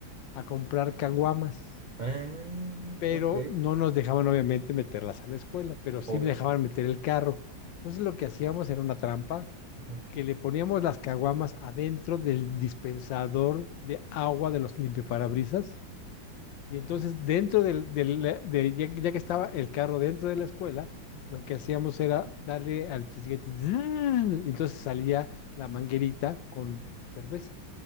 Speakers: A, on the left (about 75°); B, on the right (about 60°).
A: a comprar caguamas.
B: Ah,
A: pero
B: ok.
A: no nos dejaban obviamente meterlas a la escuela, pero sí
B: Obvio.
A: me dejaban meter el carro. Entonces lo que hacíamos era una trampa
B: Ujú.
A: que le poníamos las caguamas adentro del dispensador de agua de los limpiaparabrisas y entonces dentro del, del- del- ya, ya que estaba el carro dentro de la escuela, lo que hacíamos era darle al chisguete, zzz, y entonces salía la manguerita con cerveza.